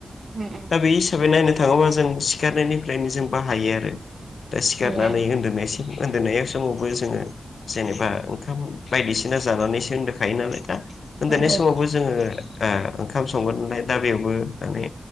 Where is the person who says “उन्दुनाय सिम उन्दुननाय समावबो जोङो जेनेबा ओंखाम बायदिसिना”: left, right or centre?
Left